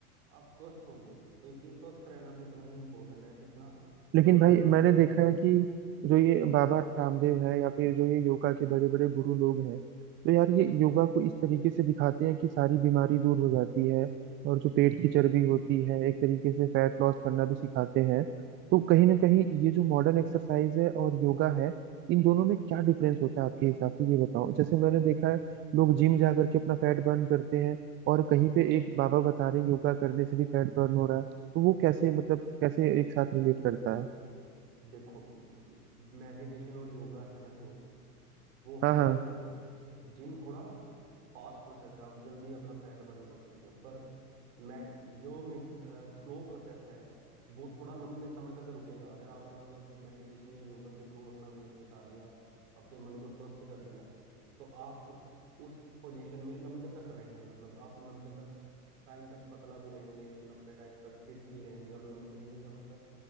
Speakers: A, on the right; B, on the right.
A: आप स्वस्थ होंगे तो इसलिए स्वस्थ रहना भी उतना ही इम्पोर्टेंट है जितना
B: लेकिन
A: मतलब
B: भाई
A: ध्यान
B: मैंने
A: करना
B: देखा है कि जो ये बाबा रामदेव है या फिर जो ये योगा के बड़े बड़े गुरु लोग हैं तो यार ये योगा को इस तरीके से दिखाते हैं कि सारी बीमारी दूर हो जाती है और जो पेट की चर्बी होती है एक तरीके से फैट लॉस करना भी सिखाते हैं तो कहीं ना कहीं ये जो मॉडर्न एक्सरसाइज है और योगा है इन दोनों में क्या डिफरेंस होता है आपके हिसाब से ये बताओ जैसे मैंने देखा है लोग जिम जा करके अपना फैट बर्न करते हैं और कहीं पे एक बाबा बता रहे हैं योगा करने से भी फैट बर्न हो रहा है तो वो कैसे मतलब कैसे एक साथ रिलेट करता है
A: देखो मेडिटेशन और योगा है ना जो वो है
B: हाँ
A: स्लो
B: हाँ
A: प्रोसेस जिम थोड़ा फास्ट प्रोसेस है आप जल्दी अपना फैट बर्न कर सकते हो पर मैड जो मिड स्लो प्रोसेस है वो थोड़ा लंबे समय तक रुकेगा अगर आपने मतलब मेडिटेशन या योगा के थ्रू अपना वेट घटा लिया अपने मन को स्वस्थ कर लिया तो आप उस उस पोजीशन में लंबे तक रहेंगे मतलब आप लंबे तक टाइम तक पतला भी रहेंगे लंबे टाइम तक फिट भी रहेंगे और लंबे ही समय तक